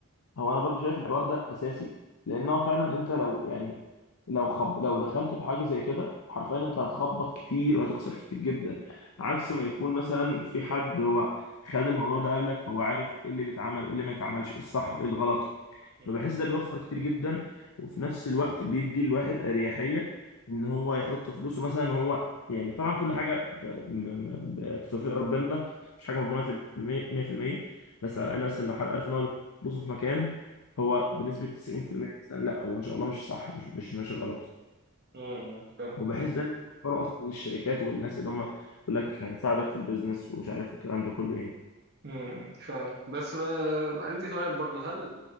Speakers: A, on the left; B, on the right.
A: هو انا برضو شايف الحوار ده اساسي لان هو فعلا انت لو يعني لو خب... لو دخلت في حاجه زي كده حرفيا انت هتخبط كتير وهتخسر كتير جدا عكس ما يكون مثلا في حد هو خد الموضوع ده قبلك فهو عارف ايه اللي بيتعمل وايه اللي ما يتعملش ايه الصح وايه الغلط
B: م-
A: فبحس ده بيوفر كتير جدا وفي نفس الوقت بيدي الواحد اريحيه ان هو يحط فلوسه مثلا هو يعني طبعا كل حاجه ب... م- م- بتوفيق ربنا مش حاجه مضمونه في المية- 100% بس
B: م-
A: على الاقل مثلا لو حد عارف ان هو بصوا في مكان هو
B: م-
A: بنسبة 90% مثلاً لا هو ان شاء الله مش صح مش مش ماشي غلط
B: م- فاهم
A: وبحس ده اللي بيفكروا اصلا الشركات والناس اللي هم يقول لك هنساعدك في البيزنس ومش عارف الكلام ده كله يعني
B: م- فاهم بس بقى عندي سؤال برضه هل